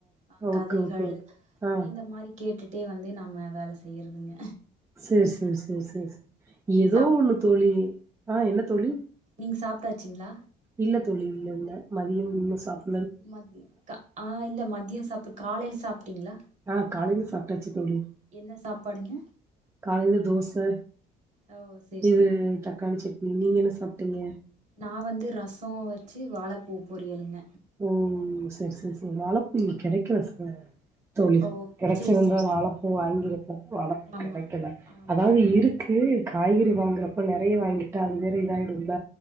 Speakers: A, on the right (about 45°); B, on the right (about 15°).
A: ஆ
B: ஓகே
A: கதைகள்
B: ஓகே ஓகே ஆ
A: இந்த மாரி கேட்டுட்டே வந்து நம்ம வேல செய்றதுங்க
B: சேரி சேரி சேரி சேரி சே
A: நீங்க
B: ஏதோ ஒன்னு தோழி ஆ என்ன தோழி
A: நீங் சாப்டாச்சிங்ளா
B: இல்ல தோழி இல்லல்ல மதியம் இம்ம சாப்
A: மக்கா ஆ இல்ல மதியோ சாப்பிடு காலேல சாப்டீங்ளா
B: ஆ காலேல சாப்டாச்சி தோழி
A: என்ன சாப்பாடுங்க
B: காலேல தோச
A: ஓ சேரி
B: இது
A: சேரிங்க
B: தக்காளி சட்னி நீங்க என்ன சாப்டீங்க
A: நா வந்து ரசோ வச்சி வாழைப்பூ பொறியளுங்க
B: ஓ செரி செரி செரி வாழப்பு கெடைக்கல சக தோழ
A: ஓ
B: கெடச்சிருந்தா
A: சேரி சேரி
B: வாழப்பு
A: சேரி
B: வாங்கியிருப்போ வாழப்பு
A: ஆமா
B: கெடைக்கல
A: ஆமா
B: அதாவது இரு க்கு காய்கறி வாங்குறப்போ நறைய வாங்கிட்டா அது வேற இதாயிடுள